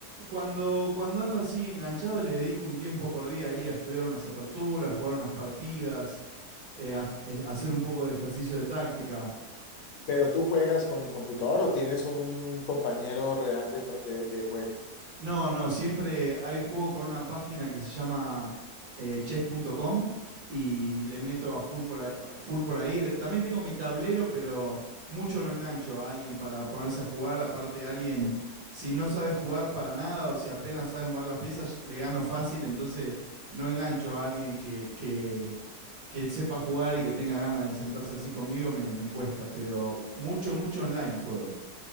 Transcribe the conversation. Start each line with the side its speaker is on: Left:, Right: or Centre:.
Right: cuando, cuando ando así enganchado, le dedico un tiempo por día ahí a estudiar unas aperturas, jugar unas partidas, eh, a, eh, hacer un poco de ejercicio de táctica.
Left: ¿Pero tú juegas con el computador o tienes un compañero real de, tra- de- de juego?
Right: No, no, siempre hay juego con una página que se llama eh, chess.com y le meto a full por ahí. Full por ahí. De- También tengo mi tablero, pero mucho no engancho a alguien para ponerse a jugar. Aparte, alguien, si no sabe jugar para nada o si apenas sabe mover las piezas, le gano fácil. Entonces, no engancho a alguien que, que, que sepa jugar y que tenga ganas de sentarse así conmigo, me, me cuesta. Pero mucho, mucho online juego.